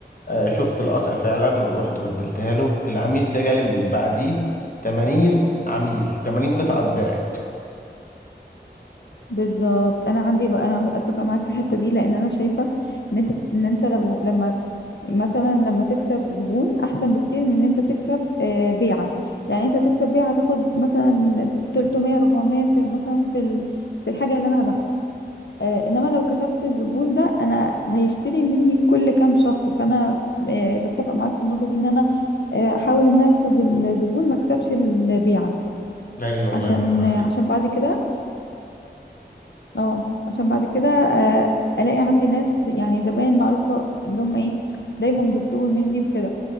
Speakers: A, on the left; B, on the left.
A: آه، شفت القطع فعلا ورحت بدلتها له العميل ده جالي من بعديه 80 عميل 80 قطعة اتباعت
B: بالظبط انا عندي بقى انا اتفق معاك في الحته دي لان انا شايفه ان انت ان انت لو لما مثلا لما تكسب زبون احسن بكتير من ان انت تكسب آه، بيعه يعني انت تكسب بيعه تاخد مثلا 300 400 في مثلا في ال- في الحاجه اللي انا هبيعها آه، انما لو كسبت الزبون ده انا هيشتري مني كل كام شهر فانا آه، بتفق معاك في النقطة دي ان انا آه، احاول ان انا اكسب الزبون ما اكسبش البيعة
A: اي والله
B: عشان
A: ينور
B: آه،
A: عليك
B: عشان بعد كده اه عشان بعد كده آه، الاقي عندي ناس يعني زباين معروفة اللي هم ايه دايما بيطلبوا مني وكده